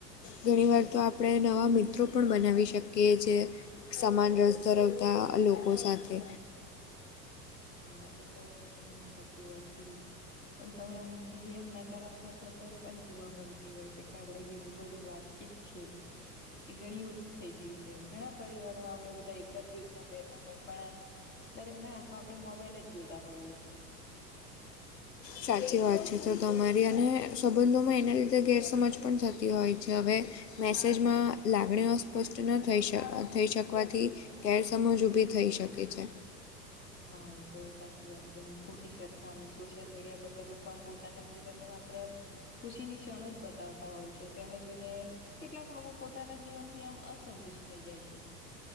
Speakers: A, on the left; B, on the left.
A: ઘણી વાર તો આપણે નવા મિત્રો પણ બનાવી શકીએ છ છે સમાન રસ ધરાવતા લોકો સાથે
B: મા તો ઘણી સાચી વાત કીધી પણ તમે મૂકી દઈ એમ નકારાત્મક અસરો પણ જોવા મળતી હોય છે કે આપડણે જે રૂબરૂ વાત શ્ છે એ ઘણી ઓછી થઈ ગઈ છે ઘણા પરિવારો આપડે બધા એક જ જૂથમાં બેતા હોય પણ દરેક ના હાથમાં આપડે મોબાઈલ જ જોતા હોઈએે છીએ
A: સાચી વાત છે તો તમારી અને સંબંધોમાં એના લીધે ગેરસમજ પણ થતી હોય છે હવે મેસેજમાં લાગણી અસ્પષ્ટ ન થઈ શ થઈ શકવાથી ગેરસમજ ઊભી થઈ શકે છે.
B: હા એ તો સાચી વાત છે ને ખોટી સરખામણી સોશિયલ મીડિયા પર તો મ પોતાના જીવનને માત્ર ખુશીની ક્ષણો જ બતાવતા હોય છે તેને જોઈને કેટલાક લોકો પોતાના જીવન થી એમ અસંતુષ્ટ થઈ જાય છે.